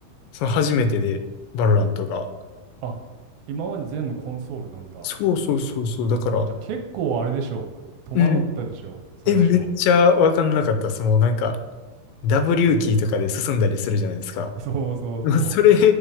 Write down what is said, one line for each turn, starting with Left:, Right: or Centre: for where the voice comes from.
Left: その初めてで、バロラントが。
Right: あ、今まで全部コンソールなんだ。
Left: そうそうそうそう。だから、
Right: じゃあ結構あれでしょう。戸惑ったでしょう。
Left: うん。
Right: 最初。
Left: え、めっちゃわかんなかった。その、なんか、W キーとかで進んだりするじゃないですか。
Right: <laughs> そうそうそ
Left: もうそれ